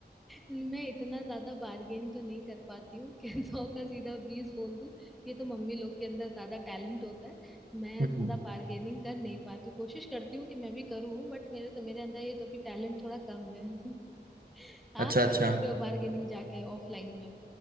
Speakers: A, in the centre; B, on the right.
A: मैं इतना ज्यादा बार्गेन तो नहीं कर पाती हूँ कि <laughs> सौ का सीधा बीस बोल दूं ये तो मम्मी लोग के अंदर ज्यादा टैलेंट होता है मैं
B: हम्म।
A: ज्यादा बार्गेनिंग कर नहीं पाती कोशिश करती हूँ कि मैं भी करूँ बट मेरे से मेरे अंदर ये तो भी टैलेंट थोड़ा कम है <laughs> आप
B: अच्छा अच्छा
A: कर लेते हो बार्गेनिंग जाके ऑफलाइन में